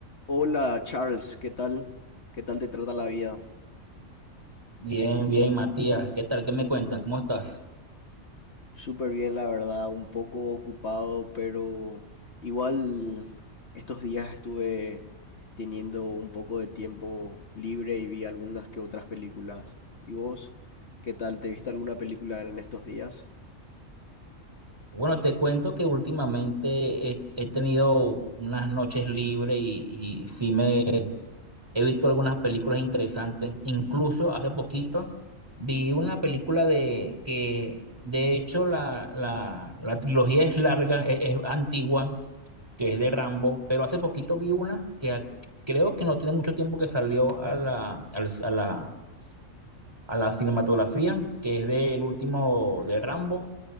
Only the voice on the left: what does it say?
Hola Charles, ¿qué tal? ¿Qué tal te trata la vida?
Súper bien, la verdad, un poco ocupado, pero igual estos días estuve teniendo un poco de tiempo libre y vi algunas que otras películas. ¿Y vos? ¿Qué tal? ¿Te viste alguna película en estos días?